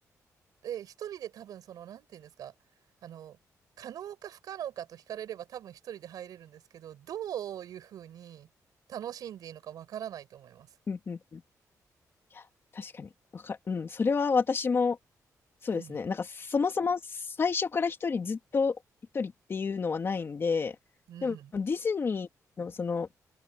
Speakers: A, on the right (about 85°); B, on the left (about 40°).
A: で、一人で多分その、なんていうんですか、あの、可能か不可能かと聞かれれば多分一人で入れるんですけど、どういうふうに楽しんでいいのかわからないと思います。
B: うんうんうん。いや、確かに。わかうん、それは私も、そうですね。
A: うん。
B: なんか、そもそも最初から一人、ずっと一人っていうのはないんで、
A: うん
B: でも、ディズニーの、その、